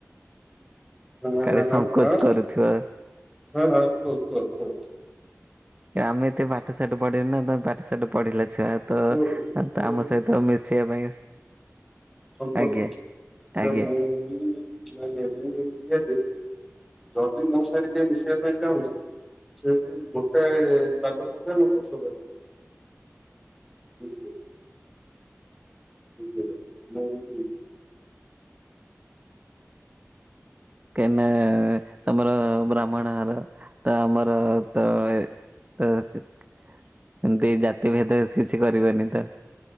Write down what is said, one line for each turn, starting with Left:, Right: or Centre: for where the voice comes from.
Centre: ହାଁ ହାଁ
Right: କାଳେ
Centre: ହାଁ
Right: ସଂଙ୍କୋଚ
Centre: ହାଁ
Right: କରୁଥିବ।
Centre: ହାଁ ହାଁ କୁହ କୁହ କୁହ?
Right: କେ ଆମେ ଏତେ ପାଠ ସାଠ ପଢିନୁ ନା ତମେ ପାଠ ସାଠ ପଢିଲ ଛୁଆବେଳୁ ତ
Centre: ଓ ଓ
Right: ତ
Centre: ଓ
Right: ଆମ ସହିତ ମିଶିବା ପାଇଁ
Centre: ହଁ କୁହନ୍ତୁ
Right: ଆଜ୍ଞା
Centre: ନା
Right: ଆଜ୍ଞା
Centre: ମୁଁ ବି ନାଇଁ ମୁ ଏମିତିଆ ଯେ ଯଦି ମୋ ସାଙ୍ଗରେ କିଏ ମିଶିବା ପାଇଁ ଚାହୁଁଚି? ଯେମିତି ଗୋଟେ ପାଦ। <inaudible> ମିଶିବେ ମିଶିବା ପାଇଁ ମୁଁ ହଉଛି ଏଭଳିଆ।
Right: କାଇଁ ନା ତମର ବ୍ରାହ୍ମଣ ଘର ତ ଆମର ତ ଏ ଅହ ସେମତି ଜାତିଭେଦ କିଛି କରିବେନି ତ।